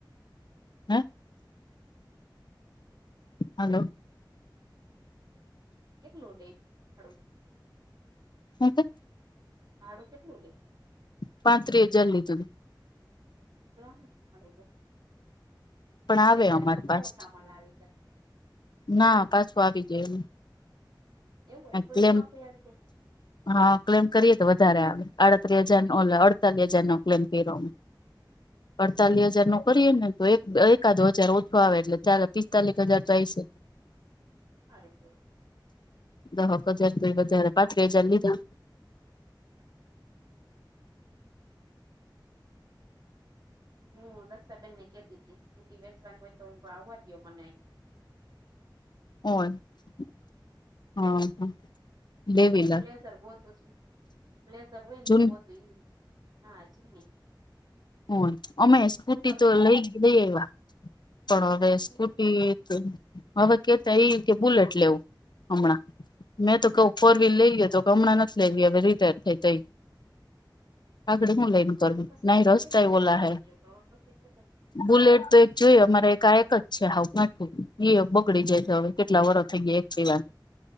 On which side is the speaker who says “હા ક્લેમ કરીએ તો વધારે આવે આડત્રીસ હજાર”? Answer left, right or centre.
Left